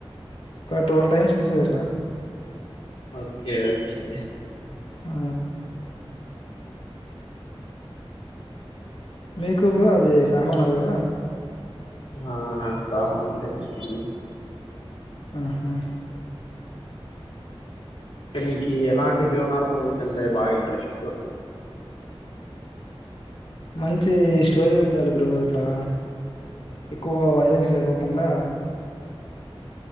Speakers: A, on the left; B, on the left.
A: టువల్ టైమ్స్ చూసేదట్ల
B: ఓకే ఓకే
A: ఆ మీకు బ్రో అది సాహో అన్నారు కదా
B: ఆ నాకు సాహో అంటే ఇష్టం
A: ఆహా
B: టే మీకి ఎలాంటి జోనార్ మూవీస్ అంటే బాగా ఇంట్రెస్ట్
A: మంచి స్టోరీ ఉండాలి బ్రో ఇట్లా ఎక్కువ వైలెన్స్ లేకోకుండా